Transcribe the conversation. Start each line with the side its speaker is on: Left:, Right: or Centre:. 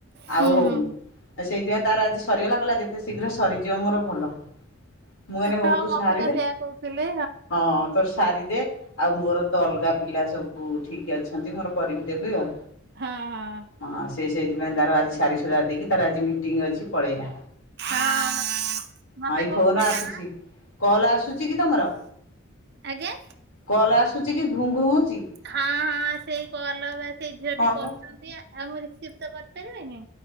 Right: ହୁଁ
Left: ଆଉ ହଉନି।
Right: ହୁଁ
Left: ଆ ସେଇଥିପାଇଁ ତାର ଆଜି ସରିଗଲା କହିଲା ଯେତେ ଶୀଘ୍ର ସରି ଯିବ ମୋର ଭଲ। ମୁଁ କହିଲି ହଉ
Right: ହଁ
Left: ତୁ
Right: ମତେ
Left: ସାରି
Right: ବା
Left: ଦେ
Right: ସେଇଆ କହୁଥିଲେ
Left: ହଁ ତର ସାରି ଦେ ଆଉ ମୋର ତ ଅଲଗା ପିଲା ସବୁ ଠିକ୍ ଅଛନ୍ତି ମୋର କରିକି ଦେବି ଆଉ।
Right: ହଁ ହଁ।
Left: ହଁ ସେ ସେଇଥିପାଇଁ ତାର ଆଜି ସାରି ସୁରା ଦେଇକି ତାର ଆଜି ମିଟିଂ ଅଛି ପଳେଇଲା।
Right: ହଁ ମତେ
Left: ହଁ ଏଇ
Right: କହୁଥିଲେ
Left: ଫୋନ୍ ଆସୁଚି।
Right: ନା
Left: କଲ୍ ଆସୁଚି କି ତମର?
Right: ଆଜ୍ଞା
Left: କଲ୍ ଆସୁଚି କି ଘୁଁ ଘୁଁ ହଉଚି?
Right: ହଁ ହଁ ସେଇ କଲ୍ ବା ସେଇ ଝିଅଟି
Left: ହଁ
Right: କରୁଚନ୍ତି।
Left: ବା
Right: ଆଉ ମୁଁ ରିସିଭ ତ କରିପାରିବିନି?